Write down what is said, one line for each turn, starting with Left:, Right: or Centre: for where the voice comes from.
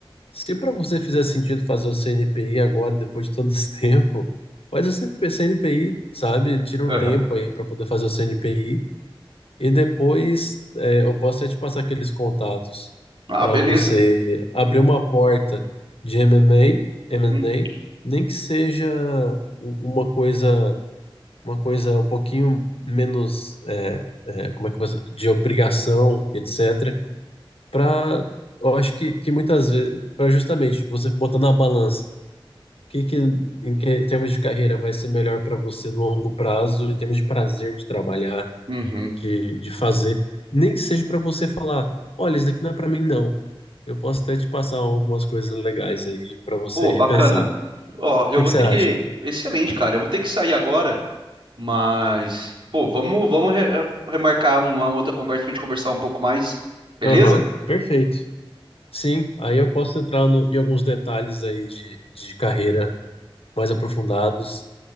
Left: se para você fizer sentido fazer o CNPI agora, depois de todo esse <laughs> tempo, faz o CP CNPI, sabe? Tira um
Right: Aham.
Left: tempo aí para poder fazer o CNPI e depois é, eu posso até te passar aqueles contatos
Right: Ah,
Left: para
Right: beleza.
Left: você abrir uma porta de M&A, M&A,
Right: Uhum.
Left: nem que seja um, uma coisa, uma coisa um pouquinho menos é, é, como é que coisa de obrigação, etc para, eu acho que, que muitas vezes, para justamente você botar na balança o que, que, em que em termos de carreira vai ser melhor para você no longo prazo, em termos de prazer de trabalhar,
Right: Uhum.
Left: de, de fazer, nem que seja para você falar, olha, isso daqui não é para mim não. Eu posso até te passar algumas coisas legais aí para você
Right: Pô, bacana.
Left: repensar. O
Right: Ó, eu
Left: que,
Right: vou
Left: que você
Right: ter
Left: acha?
Right: que. Excelente, cara. Eu vou ter que sair agora, mas. Pô, vamos, vamos re- remarcar uma outra conversa pra gente conversar um pouco mais. Beleza?
Left: Aham, perfeito. Sim, aí eu posso entrar no, em alguns detalhes aí de, de carreira mais aprofundados.